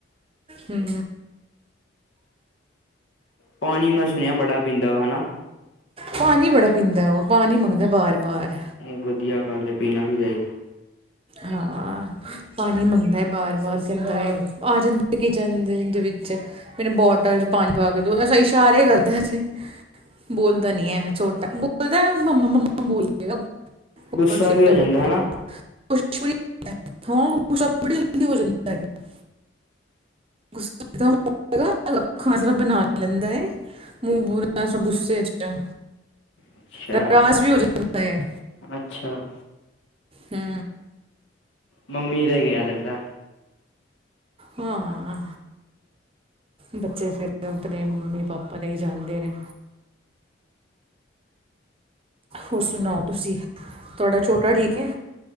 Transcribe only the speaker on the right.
ਹੂੰ।
ਪਾਨੀ ਬੜਾ ਪੀਂਦਾਏ ਓ, ਪਾਨੀ ਮੰਗਦਾ ਬਾਰ-ਬਾਰ।
ਹਾਂ। ਪਾਨੀ ਮੰਗਦਾਏ ਬਾਰ-ਬਾਰ ਕੈਂਦਾਐ, ਆ ਜਾਂਦਾ ਕਿਚਨ ਦੇ-ਦੇ ਵਿੱਚ। ਮੈਨੂ ਬੋਟਲ ਚ ਪਾਨੀ ਪਾਕੇ ਦੋ, ਐਸਾ ਇਸ਼ਾਰੇ ਕਰਦਾ ਜੇ। ਬੋਲਦਾ ਨੀ ਐ, ਛੋਟਾ, ਬੋਲਦਾਏ, ਮੰਮਾ-ਮੰਮਾ ਬੋਲੇਗਾ <unintelligible>
<unintelligible> <unintelligible> ਬਨਾ ਲੈਂਦਾਏ। ਮੂੰਹ ਪੁਰਾ ਐਸਾ ਗੁੱਸੇ ਚ।
ਨਰਾਜ਼ ਵੀ ਹੋ ਜਾਂਦਾ ਏ।
ਹੁੰ।
ਹਾਂ। ਬੱਚੇ ਫੇਰ ਤੇ ਆਪਨੇ ਮੰਮੀ ਪਾਪਾ ਤੇ ਈ ਜਾਂਦੇ ਨੇ। ਹੋਰ ਸੁਣਾਓ ਤੁਸੀਂ, ਤੁਹਾਡਾ ਛੋਟਾ ਠੀਕ ਐ।